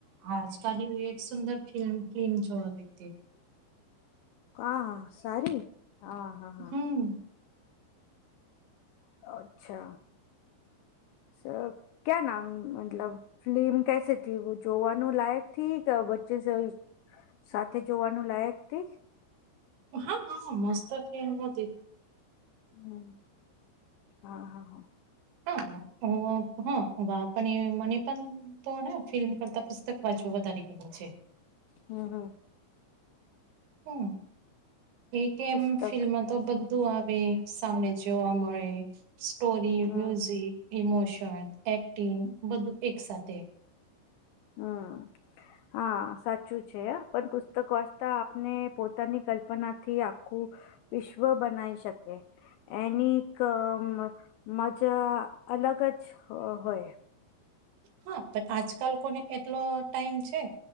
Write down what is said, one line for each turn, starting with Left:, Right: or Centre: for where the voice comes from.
Right: આજકાલ ઉ એક સુંદર ફિલ્મ ફ્લિમ જોવા ગઈતી.
Left: કા સારી? હા હા હા
Right: હમ
Left: હહ અચ્છા સર ક્યા નામ મતલબ? ફ્લિમ કેસે થી જોવાનું લાયકથી કે વચ્ચે સે સાથે જોવાનું લાયક થી?
Right: હા હા મસ્ત ફિલ્મ નોતી.
Left: હમ હા હા હહ
Right: હા અ હહ વા પન એ મને પન તોને ફિલ્મ કરતાં પુસ્તક વાંચવા વધારે ગમે છે.
Left: હહ હહ
Right: હહ એક એમ
Left: પુસ્તક
Right: ફિલ્મમાં તો બધું
Left: હમ
Right: આવે. સામને જોવા મળે, સ્ટોરી,
Left: હમ
Right: મ્યુઝિક, ઇમોશન એક્ટિંગ બધું એક સાથે
Left: હહ હા સાચું છે હા પણ પુસ્તક વાચતા આપને પોતાની કલ્પનાથી આખું વિશ્વ બનાવી શકે એની ક મ મજા અલગ જ હોય.
Right: હહ પણ આજકાલ કોને એટલો ટાઈમ છે?